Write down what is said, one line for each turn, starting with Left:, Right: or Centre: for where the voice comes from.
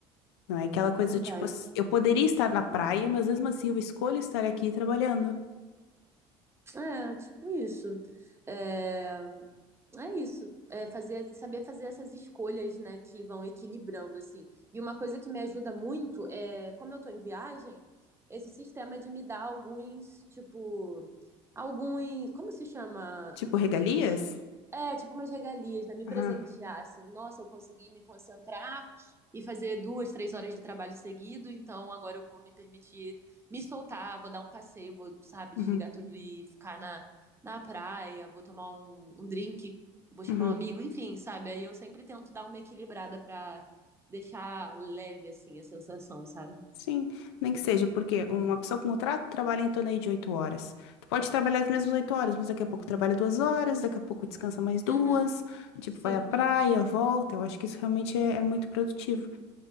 Left: Não é aquela
Right: é
Left: coisa
Right: verdade.
Left: do tipo, ass- eu poderia estar na praia, mas mesmo assim eu escolho estar aqui trabalhando.
Right: É, tipo isso. É, É isso, é fazer, saber fazer essas escolhas, né, que vão equilibrando, assim. E uma coisa que me ajuda muito é, como eu tô em viagem, esse sistema de me dar alguns, tipo, alguns, como se chama
Left: Tipo,
Right: em português?
Left: regalias?
Right: É, tipo umas regalias, né? Me presentear,
Left: Aham.
Right: assim. Nossa, eu consegui me concentrar e fazer duas, três horas de trabalho seguido, então agora eu vou me permitir me soltar, vou dar um passeio, vou, sabe,
Left: Uhum.
Right: desligar tudo e ficar na, na praia, vou tomar um, um drink, vou chamar
Left: Uhum.
Right: um amigo, enfim, sabe? Aí eu sempre tento dar uma equilibrada pra deixar leve, assim, a sensação, sabe?
Left: Sim, nem que seja, porque uma pessoa com contrato trabalha em torno aí de oito horas. Tu pode trabalhar as mesmas oito horas, mas daqui a pouco trabalha duas horas, daqui a pouco descansa mais duas,
Right: Uhum,
Left: tipo,
Right: sim.
Left: vai à praia, volta. Eu acho que isso realmente é, é muito produtivo.